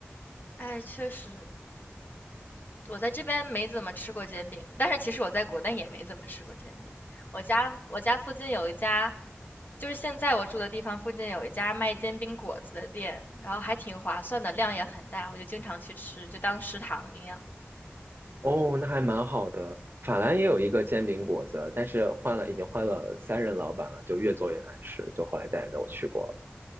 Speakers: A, on the left; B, on the right.
A: 哎，确实，我在这边没怎么吃过煎饼，但是其实我在国内也没怎么吃过煎饼。我家我家附近有一家就是现在我住的地方附近有一家卖煎饼果子的店，然后还挺划算的，量也很大，我就经常去吃，就当食堂一样。
B: 哦，那还蛮好的。法兰也有一个煎饼果子，但是换了，已经换了三任老板了，就越做越难吃，就后来再也没有去过了。